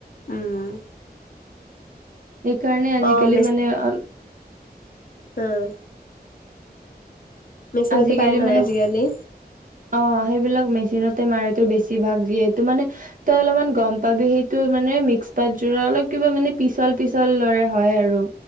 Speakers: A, on the left; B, on the right.
A: উম।
B: সেইকাৰণে আজিকালি
A: অ',
B: মানে অ'।
A: উম। মেচিনতে
B: আজিকালি
A: পাৰে নহয়
B: মানে।
A: আজিকালি।
B: অ' সেইবিলাক মেচিনতে মাৰে তো বেছি ভাগ যিহেটো মানে। তই অলপমান গম পাবি সেইটো মানে মিক্স পাতযোৰত অলপ কিবা মানে পিচল পিচল দৰে হয় আৰু।